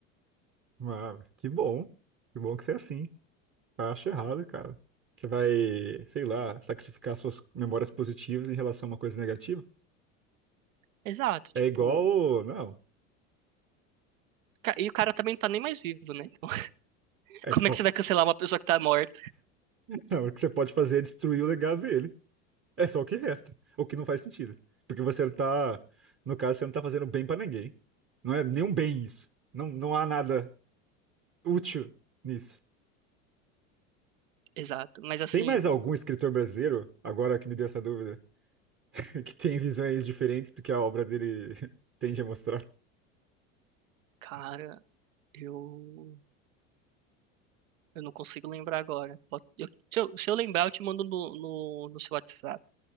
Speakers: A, on the right; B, on the right.
A: Ah, que bom. Que bom que você é assim. Eu acho errado, cara. Que vai, sei lá, sacrificar suas memórias positivas em relação a uma coisa negativa.
B: Exato, tipo,
A: É igual. Não.
B: ca- e o cara também não tá nem mais vivo, né? Então, <laughs>
A: É,
B: como
A: não.
B: é que você vai cancelar uma pessoa que tá morta?
A: Não, <laughs> o que você pode fazer é destruir o legado dele. É só o que resta. O que não faz sentido. Porque você tá. No caso, você não tá fazendo bem pra ninguém. Não é nenhum bem isso. Não, não há nada útil nisso.
B: Exato, mas assim...
A: Tem mais algum escritor brasileiro, agora que me deu essa dúvida, <laughs> que tem visões diferentes do que a obra dele <laughs> tende a mostrar?
B: Cara, Eu, eu não consigo lembrar agora. Pode- eu- se eu, se eu lembrar, eu te mando no, no, no seu WhatsApp.